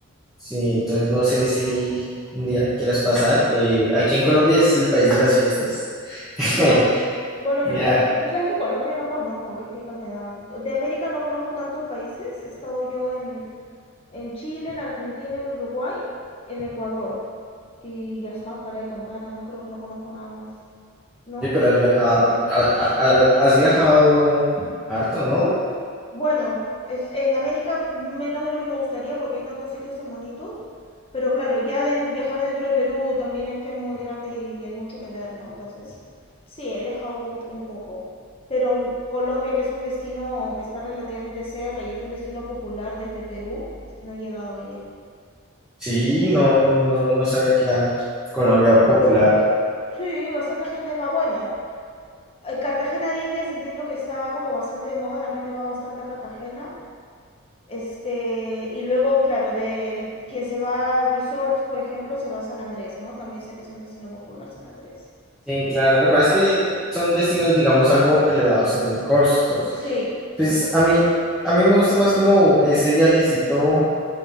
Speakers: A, in the centre; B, on the left (about 25°).
A: Sí, entonces no sé si un día quieras pasar. eh, aquí en Colombia es el país de las fiestas. <laughs>
B: Ya. Bueno,
A: Ya,
B: me encanta. Y, ¿Sabes que Colombia no conozco? Qué pica me da. De América no conozco tantos países. He estado yo en, en Chile, en Argentina, en Uruguay, en Ecuador. Y ya está, para de contar. ah, No creo que no conozco nada más. No,
A: sí, pero
B: no conozco
A: has viajado,
B: América, no conozco
A: a- a-
B: nada
A: a- has viajado harto, ¿no?
B: Bueno, es, en América menos de lo que me gustaría porque hay tantos sitios tan bonitos. Pero claro, ya de- viajar dentro de Perú también es que es muy grande y hay mucho que ver, ¿no? Entonces, sí, he viajado un poco, un poco. Pero Colombia, que es un destino que está relativamente cerca y es un destino popular desde Perú, no he llegado a ir.
A: Sí, no, no, no sabía que era Colombia popular.
B: Sí, bastante gente va. Bueno, eh, Cartagena de Indias entiendo que está como bastante de moda, la gente va bastante a Cartagena. Este, y luego, claro, del quien se va a resorts, por ejemplo, se va a San Andrés, ¿no? También sé que es un destino popular San Andrés.
A: Sí, claro, lo cual es que son destinos, digamos, algo elevados en costos.
B: Sí, sí,
A: Pues
B: sí,
A: a
B: sí.
A: mí, a mí me gusta más como ese viajecito